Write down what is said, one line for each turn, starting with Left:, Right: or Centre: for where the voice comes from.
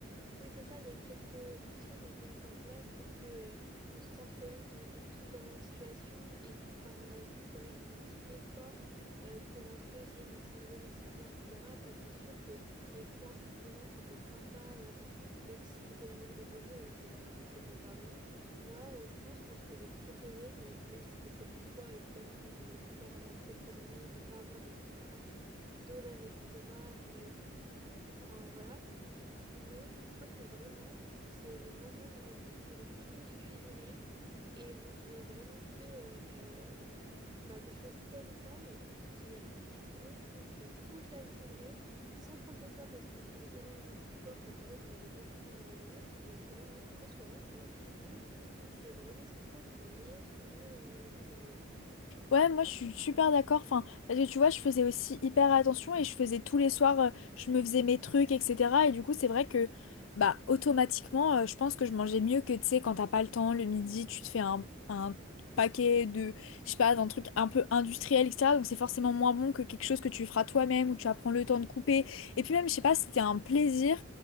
Right: Oui, c'est ça, il y a eu quelques petits trucs qui ont été mis en place pour que euh, on se sente quand même qu'on était tous dans la même situation et enfin on a vu quand même un petit effort euh, pour un peu essayer de nous changer les idées, etc. Et c'est sûr qu'il y a eu plein de moments qui étaient sympas, euh, même si c'était l'arrivée des beaux jours et que bah, on était enfermés. Moi, euh, je pense que ce que j'ai préféré, mais même si c'était comme toi, évidemment, de faire ma propre journée, de pas avoir de contraintes d'horaire, etc. De... Enfin voilà. Mais je crois que vraiment, c'est le moment de ma vie où j'ai le plus cuisiné et où j'ai vraiment fait euh, bah, des choses saines, etc. Mais j'ai cuisiné, je pense, mais toute la journée, sans prendre de poids parce que je faisais énormément de sport, parce qu'en fait, on avait beaucoup de temps dans la journée. Mais vraiment, je pense que rien que pour la cuisine, c'est vraiment, je pense, le meilleur souvenir euh, que ça m'a laissé.
Left: Ouais, moi je suis super d'accord. Enfin, parce que tu vois, je faisais aussi hyper attention et je faisais tous les soirs, euh, je me faisais mes trucs, etc. Et du coup, c'est vrai que, bah, automatiquement, euh, je pense que je mangeais mieux que, tu sais, quand t'as pas le temps, le midi, tu te fais un, un paquet de, je sais pas, d'un truc un peu industriel, etc. Donc c'est forcément moins bon que quelque chose que tu feras toi-même ou tu vas prendre le temps de couper. Et puis même, je sais pas, c'était un plaisir.